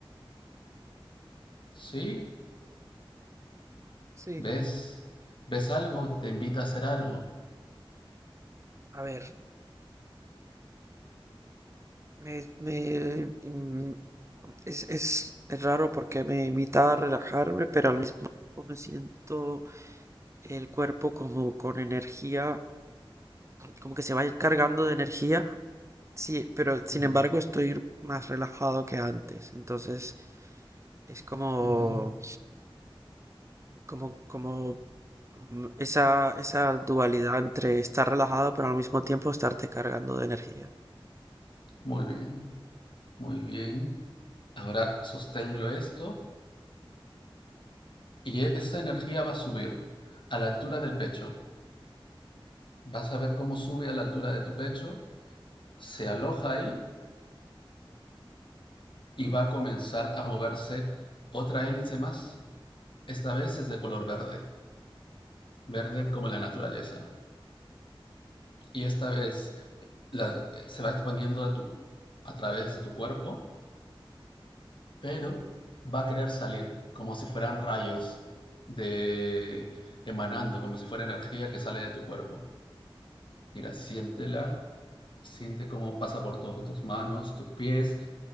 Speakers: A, on the left (about 60°); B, on the right (about 30°).
A: ¿Sí?
B: Sí,
A: ¿Ves? ¿Ves algo? ¿Te invita a hacer algo?
B: a ver, me, me, mm, es, es es raro porque me invita a relajarme, pero al mismo tiempo me siento el cuerpo como con energía, como que se va cargando de energía. Sí, pero sin
A: Uh -huh,
B: embargo estoy más relajado que antes. Entonces es como
A: uh -huh.
B: como, como mm, esa, esa dualidad entre estar relajado pero al mismo tiempo estarte cargando de energía.
A: Muy bien, muy bien. Ahora sostengo esto Y esa energía va a subir a la altura del pecho. Vas a ver cómo sube a la altura de tu pecho, se aloja ahí
B: Ajá.
A: y va a comenzar a moverse otra hélice más. Esta vez es de color verde, verde como la naturaleza. Y esta vez la, se va exponiendo a, tu, a través de tu cuerpo, pero va a querer salir como si fueran rayos de emanando, como si fuera energía que sale de tu cuerpo. Mira, siéntela, siente cómo pasa por todas tus manos, tus pies,